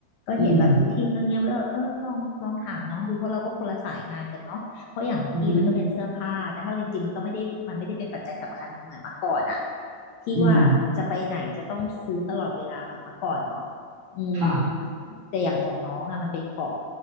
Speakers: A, on the left; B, on the right.
A: ก็เห็นแบบทุกที่มันก็เงียบก็เออลองลองถามน้องดูเพราะเราก็คนละสายงานกันเนาะเพราะอย่างของพี่มันก็เป็นเสื้อผ้าแต่เท่าจริงๆมันก็ไม่ได้มันไม่ได้เป็นปัจจัยสำคัญเหมือนเมื่อก่อนอะ
B: อืม อือฮึ
A: ที่ว่าจะไปไหนจะต้องซื้อตลอดเวลาเหมือนเมื่อก่อนเนาะ
B: อืม
A: อืม
B: ค่ะ
A: แต่อย่างของน้องอะมันเป็นของ